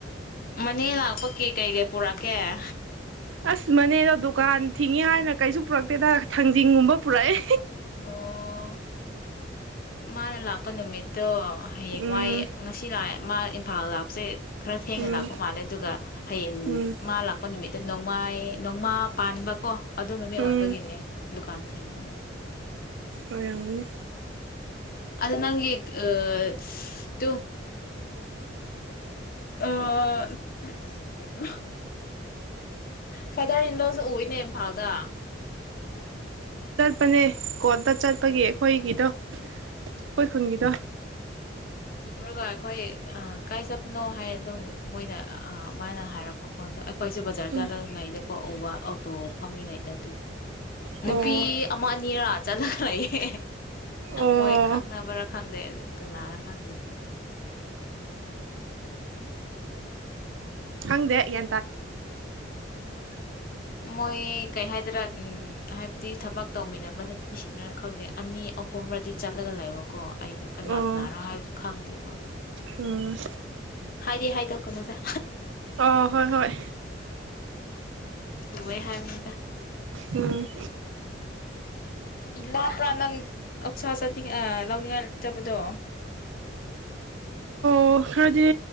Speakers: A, on the left; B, on the right.
A: ꯃꯅꯦ ꯂꯥꯛꯄ ꯀꯦ ꯀꯩ ꯀꯩ ꯄꯨꯔꯛ ꯀꯦꯌꯥ
B: ꯑꯁ ꯃꯅꯦꯗꯣ ꯗꯨꯀꯥꯟ ꯊꯤꯡꯉꯤ ꯍꯥꯏꯅ ꯀꯩꯁꯨ ꯄꯨꯔꯛꯇꯦꯗ ꯊꯥꯡꯖꯤꯡꯒꯨꯝꯕ ꯄꯨꯔꯛꯑꯦ
A: ꯑꯣ ꯃꯥꯅ ꯂꯥꯛꯄ ꯅꯨꯃꯤꯠ ꯠꯇꯣ ꯍꯌꯦꯡ
B: ꯎꯝ
A: ꯋꯥꯏ ꯉꯁꯤ ꯂꯥꯛꯦ ꯃꯥ ꯏꯝꯐꯥꯜ ꯂꯥꯛꯄꯁꯦ ꯈꯔ ꯊꯦꯡꯅ
B: ꯎꯝ
A: ꯂꯥꯛꯄ ꯃꯥꯜꯂꯦ ꯑꯗꯨꯒ ꯍꯌꯦꯡ
B: ꯎꯝ
A: ꯃꯥ ꯂꯥꯛꯄ ꯅꯨꯃꯤꯠꯇ ꯅꯣꯡ ꯅꯣꯡꯃꯥꯏ ꯅꯣꯡꯃꯥ ꯄꯥꯟꯕꯀꯣ ꯑꯗꯨ ꯅꯨꯃꯤꯠ ꯑꯣꯏꯕꯒꯤꯅꯦ
B: ꯎꯝ
A: ꯗꯨꯀꯥꯟ ꯊꯤꯡꯕꯗ
B: ꯑꯣꯏꯔꯝꯅꯤ
A: ꯑꯗ ꯅꯪꯒꯤ ꯑ ꯁ ꯇꯨ ꯑꯣ ꯀꯩꯅꯣ ꯐꯥꯗꯔ ꯏꯟꯂꯣꯁꯨ ꯎꯏꯅꯦ ꯏꯝꯐꯥꯎꯗ
B: ꯃꯅꯤ ꯀꯣꯠꯇ ꯆꯠꯄꯒꯤ ꯑꯩꯈꯣꯏꯒꯤꯗꯣ ꯑꯩꯈꯣꯏ ꯈꯨꯒꯗꯣ
A: ꯎꯔꯒ ꯑꯩꯈꯣꯏ ꯑ ꯀꯥꯏ ꯆꯞꯅꯣ ꯍꯥꯏꯔ ꯑꯗꯨꯝ ꯃꯣꯏꯅ ꯃꯥꯅ ꯍꯥꯏꯔꯛꯄꯀꯣꯠꯇꯣ ꯑꯩꯈꯣꯏꯁꯨꯦ ꯕꯖꯥꯔ
B: ꯎꯝ
A: ꯆꯥꯠꯂꯉꯩꯗ ꯀꯣꯛꯎꯕ ꯑꯣꯥꯎꯇꯣ ꯐꯝꯃꯤꯉꯩꯗꯗꯤ
B: ꯑꯣ
A: ꯅꯨꯄꯤ ꯑꯃ ꯑꯅꯤꯔꯥ ꯆꯂ ꯂꯩꯌꯦ
B: ꯑꯣ
A: ꯃꯣꯏ ꯈꯪꯅꯕꯔꯥ ꯈꯪꯗꯦ ꯀꯅꯥ ꯊꯗ
B: ꯍꯪꯗꯦ ꯌꯦ
A: ꯃꯣꯏ ꯀꯩ ꯍꯗ꯭ꯔꯕꯥ ꯎꯝ ꯍꯥꯏꯕꯗꯤ ꯊꯕꯛ ꯇꯧꯃꯤꯟꯅꯕ ꯅꯨꯄꯤꯁꯤꯡꯅꯅ ꯈꯪꯗꯦ ꯑꯅꯤ ꯑꯍꯨꯝꯔꯗꯤ ꯆꯠꯂꯒ ꯂꯩꯕꯀꯣ ꯑꯩꯗ ꯀꯅꯥ
B: ꯑꯣ
A: ꯀꯅꯥꯅꯣ ꯍꯥꯏꯕꯁꯨ ꯈꯪꯗꯦꯕ ꯋꯥ
B: ꯎꯝ
A: ꯍꯥꯏꯗꯤ ꯍꯥꯏ ꯇꯣꯛꯀꯅ꯭ꯔ
B: ꯑꯣ ꯍꯣꯏ ꯍꯣꯏ ꯍꯣꯏ
A: ꯀꯍꯦ ꯍꯥꯏꯕꯅꯤꯗ
B: ꯎꯝ
A: ꯂꯥꯞꯄ꯭ꯔꯥ ꯅꯪ ꯑꯛꯁꯥ ꯆꯠꯅꯤꯡꯉ ꯂꯧꯅꯤꯡꯉꯥꯏ ꯆꯠꯕꯗꯣ
B: ꯑꯣ ꯈꯔꯗꯤ